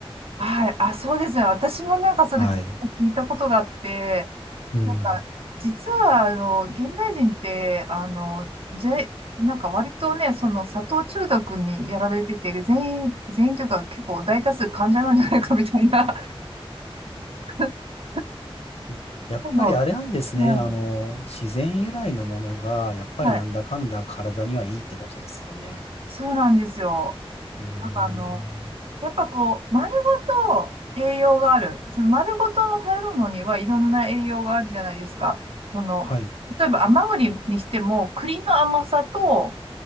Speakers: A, on the right; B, on the left.
A: はいあそうですね。私もなんかそれ聞いたことがあって、
B: はい。うん。
A: なんか、実は、あの、現代人って、あの、ぜ、なんか割とね、その砂糖中毒にやられてて、全員、全員というか結構大多数患者なんじゃないかみたいな。<laughs>
B: いやっぱりあれなんですね。
A: でも、うん
B: あの、自然由来のものが、やっぱりなんだかんだ体にはいいってことですよね。
A: はい、そうなんですよ。
B: うーん。
A: なんかあの、やっぱこう、丸ごと栄養がある。その丸ごとの食べ物にはいろんな栄養があるじゃないですか。その、
B: はい。
A: 例えば甘栗にしても、栗の甘さと、